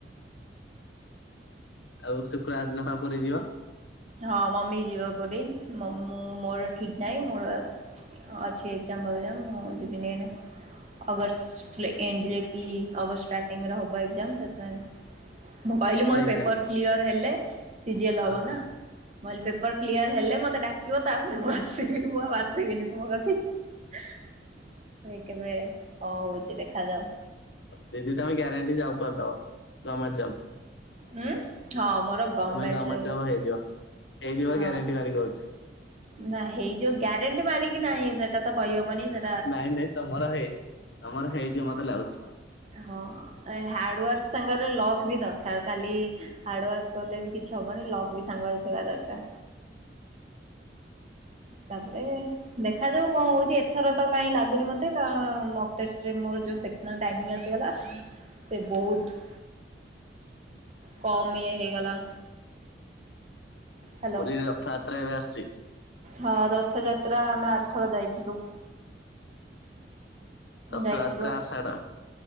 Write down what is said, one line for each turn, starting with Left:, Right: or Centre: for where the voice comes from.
Left: ଆଉ ଶୁକ୍ରବାର ଦିନ ପା ପୁରୀ ଯିବ?
Right: ହଁ ମମି ଯିବ ପୁରୀ। ମ-ମ-ମୋର ଠିକ ନାହିଁ, ମୋର ଅଛି ଏକ୍ଜାମ ବଗେରା ମୁଁ ଯିବିନି ଏଇନା। ଅଗଷ୍ଟ ଏଣ୍ଡ ଯେକି ଅଗଷ୍ଟ ଷ୍ଟାର୍ଟିଂରେ ହବ ଏକ୍ଜାମ, ସେଥିପାଇଁ ମୁଁ କହିଲି
Left: କୋଉ
Right: ମୋର
Left: ଏକ୍ଜାମ?
Right: ପେପର କ୍ଲିୟର ହେଲେ, ସି ଜି ଏଲ
Left: ଓହୋ
Right: ହବ ନା? ମୁଁ କହିଲି ପେପର କ୍ଲିୟର ହେଲେ ମତେ ଡାକିବ ତାପରେ ଆସିବି, ମୁଁ ଆଉ ଆସି ଯିବିନି ତୁମ କଥିକ, ହେଁ ନାଇଁ କେବେ କଣ ହଉଛି ଦେଖାଯାଉ।
Left: ଦିଦି ତମେ ଗ୍ୟାରେଣ୍ଟି ଜବ୍ କରିଦବ, ଗମେଣ୍ଟ ଜବ୍।
Right: ହୁଁ, ହଁ ମୋର ଗଭର୍ଣମେଣ୍ଟରେ
Left: ତମେ ଗମେଣ୍ଟ ଜବ୍ ହେଇଯିବ। ହେଇଯିବ
Right: ହଁ।
Left: ଗ୍ୟାରେଣ୍ଟି ମାରି କହୁଛି।
Right: ନା ହେଇଯିବ, ଗ୍ୟାରେଣ୍ଟି ମାରିକି ନାହିଁ ସେଟା ତ କହିହବନି ସେ
Left: ନାଇଁ ନାଇଁ ତମର ହେଇ, ତମର ହେଇଯିବ ମତେ ଲାଗୁଛି।
Right: ହଁ, ଏ ହାର୍ଡୱାର୍କ ସାଙ୍ଗରେ ଲକ୍ ବି ଦରକାର। କାଲି ହାର୍ଡୱାର୍କ କଲେ ବି କିଛି ହବନି, ଲକ୍ ବି ସାଙ୍ଗରେ ଥିବା ଦରକାର। ତାପରେ ଦେଖାଯାଉ କଣ ହଉଛି। ଏଥର ତ କାହିଁ ଲାଗୁନି ମତେ, ତ ମକ୍ ଟେଷ୍ଟରେ ମୋର ଯୋଉ ସେକ ନହେଲେ ଟାଇମିଙ୍ଗ ଆସିଗଲା, ସେ ବହୁତ କମ୍ ଇଏ ହେଇଗଲା। ହ୍ୟାଲୋ।
Left: ପୁରୀ ରଥଯାତ୍ରା ଏବେ ଆସୁଛି।
Right: ହଁ, ରଥଯାତ୍ରା ଆମେ ଆରଥର ଯାଇଥିଲୁ।
Left: ରଥଯାତ୍ରା
Right: ଯାଇଥିଲୁ
Left: ଆଷାଢ,